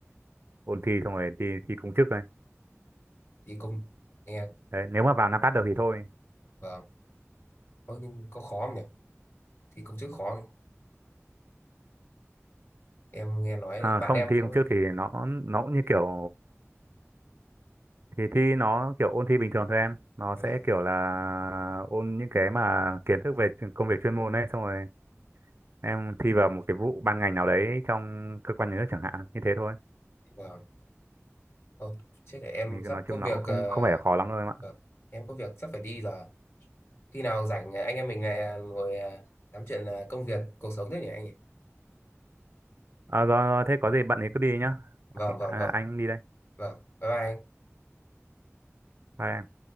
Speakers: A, on the right; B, on the left.
A: ôn thi xong rồi đi thi công chức thôi
B: Thi công nghe
A: đấy nếu mà vào NAPAT được thì thôi
B: vâng. Ờ nhưng có khó không nhỉ? thì công chức khó em nghe nói
A: à,
B: bạn
A: không
B: em
A: thi
B: cũng
A: công chức thì nó nó cũng như kiểu thì thi nó kiểu ôn thi bình thường thôi em nó sẽ
B: là
A: kiểu là ôn những cái mà kiến thức về chuyên- công việc chuyên môn ấy xong rồi em thi vào một cái vụ ban ngành nào đấy trong cơ quan nhà nước chẳng hạn như thế thôi
B: vâng không chết để em
A: thì nói
B: sắp
A: chung
B: có
A: nó
B: việc
A: cũng không
B: ờ,
A: không phải là khó lắm đâu em ạ
B: vâng, em có việc sắp phải đi rồi khi nào rảnh ờ, anh em mình ờ, ngồi ờ, tám chuyện ờ, công việc cuộc sống thế nhỉ anh nhỉ
A: à, rồi, rồi thế có gì bạn ấy cứ đi nhá
B: vâng vâng
A: à,
B: vâng
A: anh đi đây
B: vâng bye bye
A: Bye em.